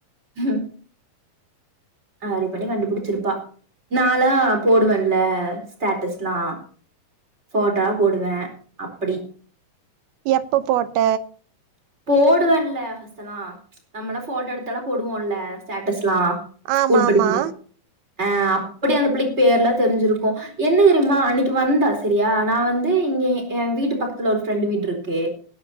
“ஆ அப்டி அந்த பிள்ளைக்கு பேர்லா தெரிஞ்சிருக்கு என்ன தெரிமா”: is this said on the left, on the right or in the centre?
Right